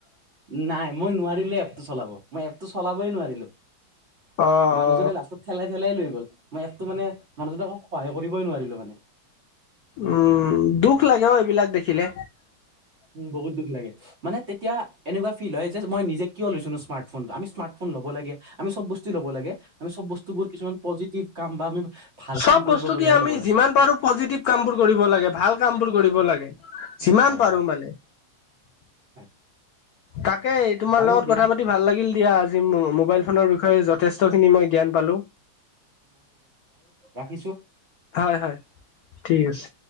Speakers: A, on the right (about 40°); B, on the left (about 85°).
A: নাই মই নোৱাৰিলো এপটো চলাব মই এপটো চলাবই নোৱাৰিলো
B: অ
A: মানুহজনে
B: অ
A: লাষ্টত খেলাই খেলাই লৈ গ'ল মই এপটো মানে মানুহজনক সহায় কৰিবই নোৱাৰিলো মানে
B: উম দুখ লাগে অ এইবিলাক দেখিলে
A: উম বহুত দুখ লাগে। মানে তেতিয়া এনেকুৱা ফিল হয় যে মই নিজ কিয় লৈছো স্মাৰ্ফোনটো আমি স্মাৰ্ফোন ল'ব লাগে আমি চব বস্তু ল'ব লাগে আমিব বস্তু বোৰ কিছুমান পজিটিভ কাম বা আমি ভাল
B: চব
A: কাম কৰিবৰ
B: বস্তু
A: বাবেহে
B: দি আমি
A: ল'ব লাগে
B: যিমান পাৰো পজিটিভ কাম বোৰ কৰিব লাগে ভাল কাম বোৰ কৰিব লাগে যিমান
A: হয়
B: পাৰো
A: হয়
B: মানে
A: হয়
B: তাকেই তোমাৰ
A: বাৰু
B: লগত
A: দিয়া
B: কথা পাতি ভাল লাগিল দিয়া আজি মোবাইল ফোনৰ বিষয়ে য যথেষ্ট খিনি মই জ্ঞান পালো
A: ৰাখিছোঁ
B: হয় হয় ঠিক আছে